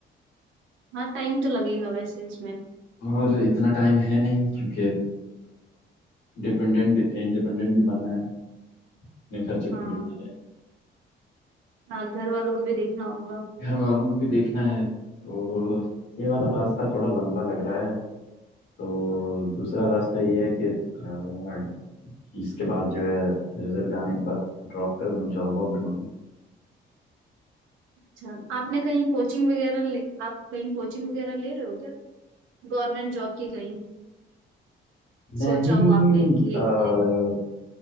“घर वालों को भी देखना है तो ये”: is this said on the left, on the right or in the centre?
Left